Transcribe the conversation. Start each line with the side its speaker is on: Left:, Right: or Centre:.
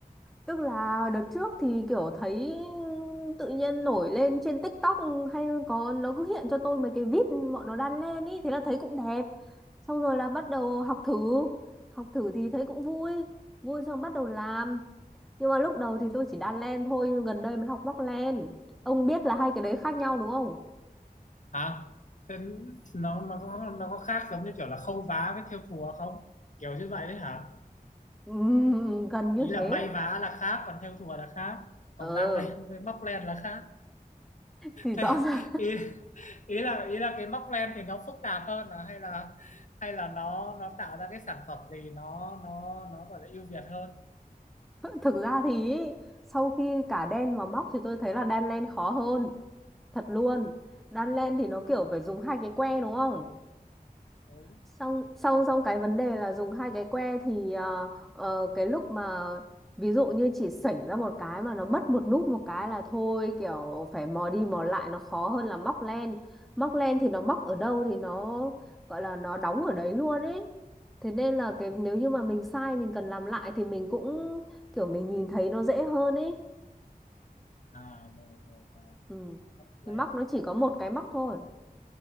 Centre: Tức là đợt trước thì kiểu thấy tự nhiên nổi lên trên TikTok hay có nó cứ hiện cho tôi mấy cái vít bọn nó đan len ý, thế là thấy cũng đẹp. Xong rồi là bắt đầu học thử, học thử thì thấy cũng vui, vui xong bắt đầu làm. Nhưng mà lúc đầu thì tôi chỉ đan len thôi, nhưng gần đây mới học móc len. Ông biết là hai cái đấy khác nhau đúng không?
Left: hả thế nó nó có nó có khác giống như kiểu là khâu vá với thêu thùa không kiểu như vậy đấy hả
Centre: Ừm, gần như
Left: ý
Centre: thế.
Left: là may vá là khác còn thêu thùa là khác còn
Centre: Ờ,
Left: đan len <laughs> với móc len là khác
Centre: thì rõ
Left: thế
Centre: <laughs> ràng
Left: ý ý là ý là cái móc len thì nó phức tạp hơn à hay là hay là nó nó tạo ra cái sản phẩm gì nó nó nó gọi là ưu việt hơn
Centre: thực ra thì ý, sau khi cả đan và móc thì tôi thấy là đan len khó hơn thật luôn đan len thì nó kiểu phải dùng hai cái que đúng không
Left: đúng
Centre: xong xong xong cái vấn đề là dùng hai cái que thì ờ, ờ, cái lúc mà ví dụ như chỉ sảnh ra một cái mà nó mất một nút một cái là thôi kiểu phải mò đi mò lại nó khó hơn là móc len móc len thì nó móc ở đâu thì nó gọi là nó đóng ở đấy luôn ấy thế nên là cái nếu như mà mình sai mình cần làm lại thì mình cũng kiểu mình nhìn thấy nó dễ hơn ấy
Left: à rồi rồi rồi
Centre: ừ.
Left: móc len
Centre: thì móc nó chỉ có một cái móc thôi